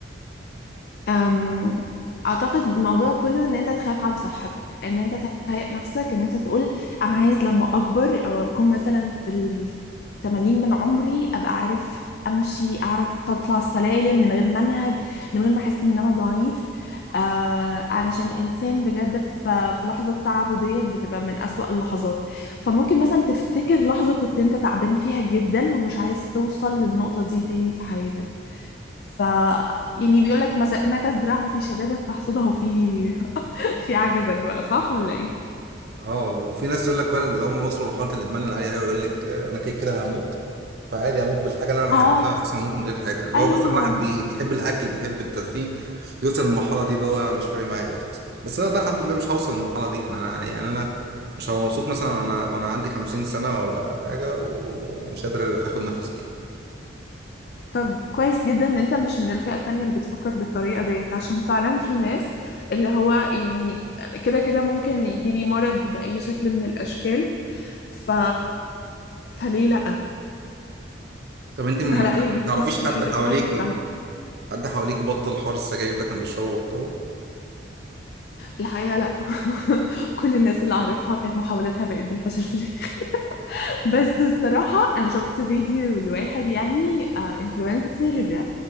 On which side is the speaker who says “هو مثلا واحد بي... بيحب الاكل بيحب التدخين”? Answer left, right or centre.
Right